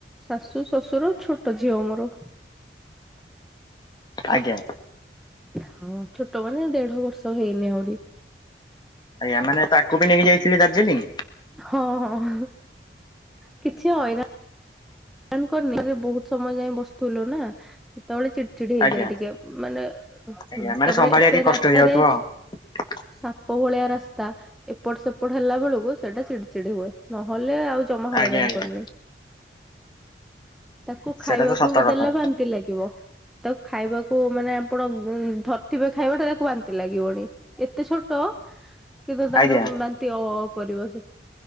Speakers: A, in the centre; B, on the left.
A: ଶାଶୁ ଶ୍ୱଶୁର ଛୋଟ ଝିଅ ମୋର।
B: ଆଜ୍ଞା।
A: ହଁ ଛୋଟ ମାନେ ଦେଢ଼ ବର୍ଷ ହେଇନି ଆହୁରି।
B: ଆଜ୍ଞା ମାନେ ତାକୁ ବି ନେଇକି ଯାଇଥିଲି ଦାର୍ଜିଲିଂ।
A: ହଁ ହଁ କିଛି ହଇରା ଣ କରିନି ଘରେ ବହୁତ ସମୟ ଯାଏ ବସୁଠୁଲୁ ନା। ସେତେବେଳେ ଚିଡ଼ି ଚିଡ଼ି ହେଇଯାଏ
B: ଆଜ୍ଞା
A: ଟିକେ ମାନେ
B: ଆଜ୍ଞା ମାନେ
A: ତାପରେ
B: ସମ୍ଭାଳିବା
A: ସେ
B: ଟିକେ କଷ୍ଟ
A: ରାସ୍ତାରେ
B: ହେଇଯାଉଥିବ <inaudible>
A: ସାପ ଭଳିଆ ରାସ୍ତା ଏପଟ ସେପଟ ହେଲା ବେଳକୁ ସେଟା ଚିଡ଼ି ଚିଡ଼ି ହୁଏ ନହେଲେ ଆଉ ଜମା ହଇରାଣ
B: ଆଜ୍ଞା ଆଜ୍ଞା
A: କରୁନି। ତାକୁ
B: ସେଇଟା
A: ଖାଇବାକୁ
B: ତ ସତ କଥା
A: ଦେଲେ ବାନ୍ତି ଲାଗିବ। ତାକୁ ଖାଇବାକୁ ମାନେ ଆପଣ ଧରିଥିବେ ଖାଇବାଟା ତାକୁ ବାନ୍ତି ଲାଗିବଣି। ଏତେ ଛୋଟ କିନ୍ତୁ ତାର
B: ଆଜ୍ଞା
A: ବାନ୍ତି ଅ, ଅ, କରିବ ସେ।